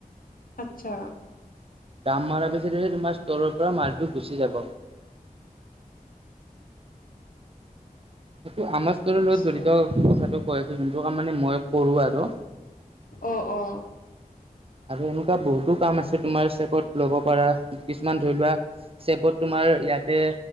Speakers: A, on the left; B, on the right.
A: আচ্ছা
B: দাম মৰা পিছত তোমাৰ ষ্ট'ৰৰ পৰা মালটো গুচি যাব সেইটো আমাৰ ষ্টৰৰ
A: আচ্ছা
B: লগত জড়িত কথাটো কৈ আছো যোনটো কাম মানে মই কৰো আৰু
A: অ অ
B: আৰু এনেকুৱা বহুতো কাম আছে তোমাৰ চেপত ল'ব পাৰা কিছুমান ধৰি লোৱা চেপত তোমাৰ ইয়াতে